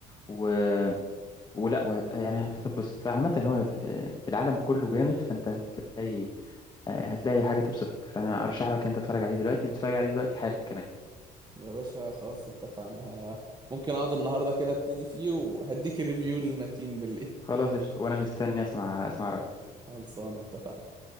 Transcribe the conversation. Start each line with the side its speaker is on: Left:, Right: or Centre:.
Left: و ولا وهت يعني هتتبسط عامة هو ال- العالم كله جامد فانت هتلاقي آه، هتلاقي حاجة تبسطك فانا ارشح لك ان انت تتفرج عليه دلوقتي وتتفرج عليه دلوقتي حالا كمان
Right: يا باشا خلاص اتفقنا ه... ممكن اقعد النهارده كده ابتدي فيه وهديك الريفيو للمتين بالليل
Left: خلاص قشطة وانا مستني اسمع اسمع رأيك
Right: خلصانه اتفقنا